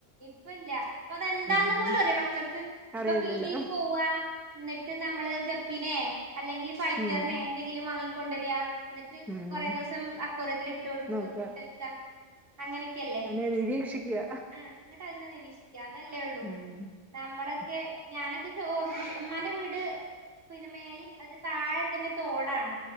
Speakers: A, on the right (about 75°); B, in the centre.
A: ഇപ്പ ഇല്ല ഇപ്പ അതെന്താന്ന്
B: ഉം
A: പോലും അറ്യോ മക്കക്ക് ഇപ്പൊ
B: അറിയത്തില്ല
A: പീടി പോവ നെ ന്നട്ട് ഞമ്മള് ഗപ്പിനെ അല്ലെങ്കിൽ ഫൈറ്റർനെ
B: ഉം
A: എന്തെങ്കിലും വാങ്ങിക്കൊണ്ടെരാ ന്നിട്ട്
B: ഉം
A: കൊറെ ദിവസം അക്ക്വാറിയത്തിൽ ഇട്ടൊട്ക്ക
B: നോക്ക
A: ഇട്ടെക്ക അങ്ങനെക്കെല്ലേ
B: അതിനെ നിരീക്ഷിക്കുക
A: ആ ന്നട്ട് അയ്നെ നിരീക്ഷിക്ക അതല്ലേ ള്ളൂ
B: ഉം
A: നമ്മളൊക്കെ
B: ആഹ്
A: ഞാനൊക്കെ ഹെ ഓർപ്പിടിക്ക ഇമ്മാന്റെ വീട് പിന്നെ മേല് അതിൻ്റെ താഴെ തന്നെ തോടാണ്.